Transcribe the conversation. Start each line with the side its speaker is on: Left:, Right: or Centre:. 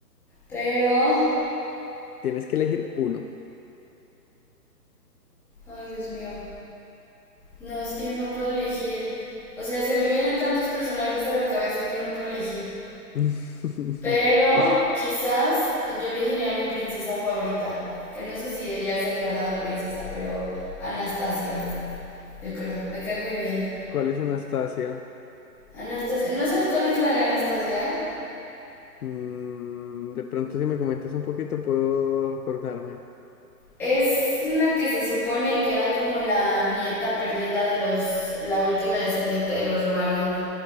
Centre: Pero,
Left: Tienes que elegir uno.
Centre: ay Dios mío, no, es que no puedo elegir. O sea, se me vienen tantos personajes a la cabeza que no puedo elegir.
Left: <laughs>
Centre: Pero quizás yo elegiría a mi princesa favorita, que no sé si ella es declarada princesa, pero Anastasia, yo creo, me cae muy bien.
Left: ¿Cuál es Anastasia?
Centre: Anastasia, ¿no sabes cuál es la de Anastasia?
Left: Mm, de pronto, si me comentas un poquito, puedo acordarme.
Centre: Es la que se supone que era como la nieta perdida de los, la última descendiente de los Rubanov,